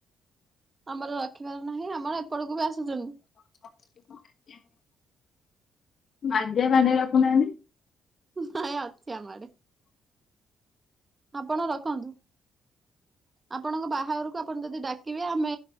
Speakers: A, on the right; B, on the left.
A: ଆମର ରଖିବାର ନାହିଁ ଆମର ଏପଟକୁ ବି ଆସୁଛନ୍ତି।
B: <unintelligible> ମାଣ୍ଡିଆ ଫାଣ୍ଡିଆ ରଖୁନାହାନ୍ତି?
A: ନାଇଁ ଅଛି ଆମ ଆଡେ ଆପଣ ରଖନ୍ତୁ। ଆପଣଙ୍କ ବାହାଘରକୁ ଆପଣ ଯଦି ଡାକିବେ ଆମେ